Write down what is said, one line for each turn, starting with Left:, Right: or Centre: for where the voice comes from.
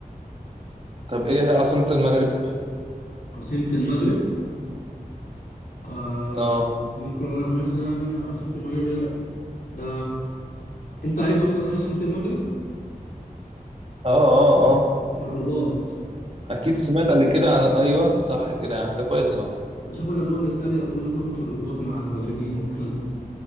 Right: طب ايه هي عاصمة المغرب
Left: عاصمة المغرب آه
Right: اه
Left: ممكن اقول لك مثلا عاصمة المغرب ايه ده انت عارف اصلا ايه عاصمة المغرب
Right: اه اه اه
Left: الرباط
Right: اكيد سمعت قبل كده عن ايوه صح كده يا عم ده كويس اهو
Left: عشان كنا بنقعد نتريق وتقول لك اربط الرباط مع المغربيين والكلام ده